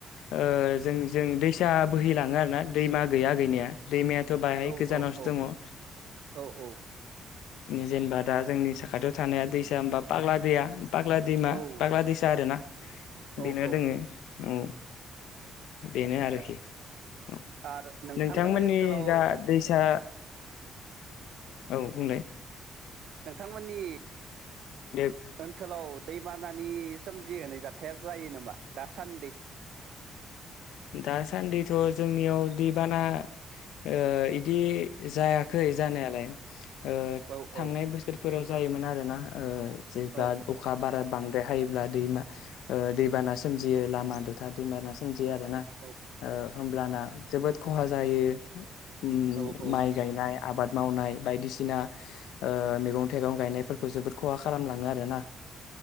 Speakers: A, on the left (about 85°); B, on the right (about 70°).
A: ओ जों जों दैसा बोहैलाङो आरोना दैमा गैया गैनाया दैमायाथ' बाह गोजानावसो
B: औ औ औ
A: दङ ओ
B: औ औ
A: जेनेबा दा जोंनि साखाथियाव थानाया दैसा होनबा पाग्लादिया फाग्ला दैमा
B: औ
A: फाग्ला दैसा आरोना बेनो
B: औ औ
A: दोङो औ बेनो
B: आदसा
A: आरोखि औ
B: आरो
A: नोंथांमोननि
B: ओनसोलाव
A: जा दैसा औ बुंलाय
B: नोंथांमोननि
A: दे
B: ओनसोलाव दैमानानि सोमजिहोनाय जाथाया जायो नामा दासान्दि?
A: दासान्दिथ' जोंनियाव दैबाना ओ इदि जायाखै जानायालाय। ओ
B: औ
A: थांनाय
B: औ
A: बोसोर फोराव जायोमोन आरो ना ओ जेब्ला
B: औ
A: अखा बारा बांद्राय हायोब्ला दैमा ओ दैबाना सोमजियो लामा दथा दैमाना सोमजियो आरो ना। ओ
B: औ
A: होमब्लाना जोबोद खहा जायो। उम
B: औ औ
A: माइ गायनाय आबाद मावनाय बायदिसिना ओ <unintelligible> मैगं थाइगं गायनायफोरखौ जोबोद खहा खालामलाङो आरोना